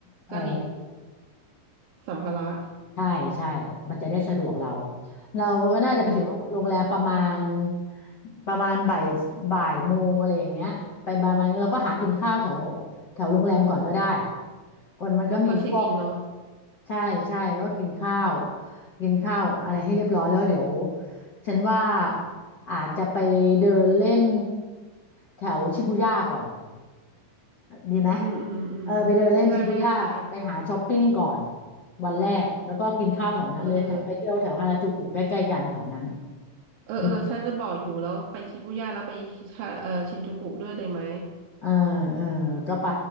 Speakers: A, on the left; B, on the right.
A: เอ่อ
B: ก็ดีสัมภาระ
A: ใช่ใช่มันจะได้สะดวกเรา เราก็น่าจะไปถึงโรงโรงแรมประมาณ
B: เออ
A: ประมาณบ่ายบ่ายโมงอะไรอย่างเงี้ยไปประมาณเราก็หากินข้าวแถวแถวโรงแรมก่อนก็ได้มันมันก็มีพวก
B: แล้วค่อยเช็คอินเนาะ
A: ใช่ใช่ก็กินข้าวกินข้าวอะไรให้เรียบร้อยแล้วเดี๋ยวฉันว่าอาจจะไปเดินเล่นแถวชิบูย่าก่อนดีไหม
B: อืมอืมอืม
A: เออไปเดินเล่นชิบูย่าไปหาช้อปปิ้งก่อน
B: ได้ได้ได้
A: วันแรกแล้วก็กินข้าวแถวนั้นเลยแถวไปเที่ยวแถวฮาราจูกุใกล้ๆกันแถวนั้น
B: เออเออ เออเออฉันจะบอกอยู่แล้วไปชิบูย่าแล้วไปชาเออชินจูกุด้วยเลยไหม
A: อืมเออเออก็ไป